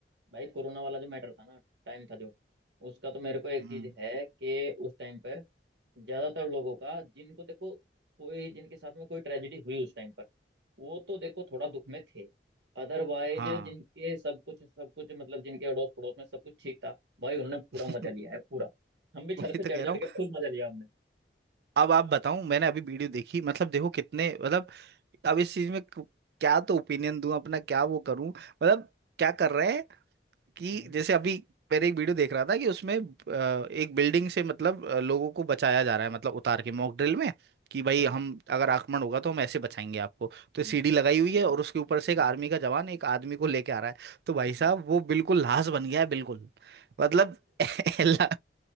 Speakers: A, on the right; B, on the right.
A: भाई कोरोना वाला जो मैटर था ना टाइम था जो उसका तो मेरे को एक
B: हम्म
A: चीज है कि उस टाइम पर ज्यादातर लोगों का जिनको देखो कोई जिनके साथ में कोई ट्रेजेडी हुई उस टाइम पर वो तो देखो थोड़ा दुख में थे अदरवाइज
B: हाँ
A: जिनके सब कुछ सब कुछ मतलब जिनके अड़ोस पड़ोस में सब कुछ ठीक था भाई उन्होंने पूरा
B: <laughs>
A: मजा लिया है पूरा हम भी
B: वही
A: छत पे
B: तो
A: चढ़
B: कह रहा
A: चढ़
B: हूँ
A: के फुल मजा लिया हमने
B: अब आप बताऊं मैंने अभी वीडियो देखी मतलब देखो कितने मतलब अब इस चीज में क- क्या तो ओपिनियन दूं अपना क्या वो करूं मतलब क्या कर रहे हैं कि
A: हम्म
B: जैसे अभी मैंने एक वीडियो देख रहा था कि उसमें अ, एक बिल्डिंग से मतलब अ, लोगों को बचाया जा रहा है मतलब उतार के मॉक ड्रिल में कि भाई
A: अच्छा
B: हम अगर आक्रमण होगा तो हम ऐसे बचाएंगे आपको तो
A: हम्म
B: सीढ़ी लगाई हुई है और उसके ऊपर से एक
A: हम्म
B: आर्मी का जवान एक आदमी को लेके आ रहा है तो भाई साहब
A: हम्म
B: वो बिल्कुल लाश बन गया है बिल्कुल मतलब <laughs> ला-